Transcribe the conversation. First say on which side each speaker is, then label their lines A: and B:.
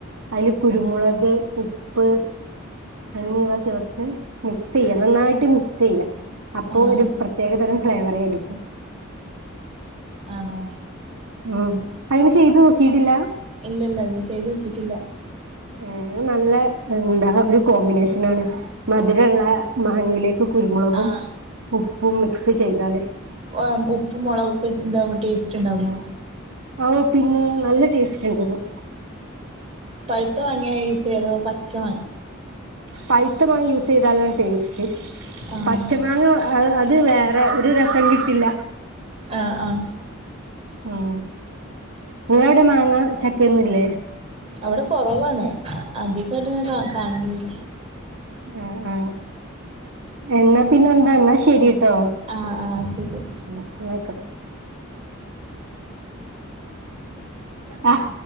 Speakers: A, on the right (about 85°); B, on the right (about 30°).
A: അയിൽ കുരുമുളക് ഉപ്പ് എന്നിവ ചേർത്ത് മിക്സ് ചെയ്യ നന്നായിട്ട് മിക്സ് ചെയ്യ അപ്പൊ
B: ആഹ്
A: ഒരു പ്രത്യേക തരം ഫ്ലേവറ ആയിരിക്കും
B: ആണോ
A: ഉം അയിന് ചെയ്തു നോക്കിയിട്ടില്ല
B: ഇല്ല ഇല്ല ഇന്ന് ചെയ്ത് നോക്കിയിട്ടില്ല
A: ഏഹ്‌ നല്ല എന്താ ഒരു കോമ്പിനേഷനാണ് മധുരള്ള മാങ്ങയിലേക്ക് കുരുമുളകും
B: ആഹ്
A: ഉപ്പും മിക്സ് ചെയ്താല്
B: ഓഹോ ഉപ്പും മുളകൊക്കെ എന്താകുമ്പോൾ ടേസ്റ്റ് ഉണ്ടാവേ
A: ഓഹ്‌ പിന്നെ നല്ല ടേസ്റ്റ് ഉണ്ടവും
B: പഴുത്ത മങ്ങാണ് യൂസ് ചെയ്ത പച്ച മാങ്ങ
A: പായുത്ത മാങ്ങ യൂസ് ചെയ്തലാണ് ടെസ്റ്റ്‌
B: ആഹ്
A: പച്ചമാങ്ങ അത് വേറെ ഒരു രസം കിട്ടില്ല
B: ആഹ്‌ ആഹ്
A: ഉം നിങ്ങളെ അവിടെ മാങ്ങ ചക്കഒ ന്നുംല്ലേ
B: അവിടെ കുറവാണ് അധികമായിട്ട് അങ്ങനെ കാണാൽ ഇല്ല
A: ആഹ്‌ ആഹ്‌ എന്നാ പിന്നെ എന്താന്നാ ശരിട്ടോ
B: ആഹ്‌ ആഹ്‌ ശരി
A: ഉം ന്നായ്ക്കോട്ടെ ആഹ്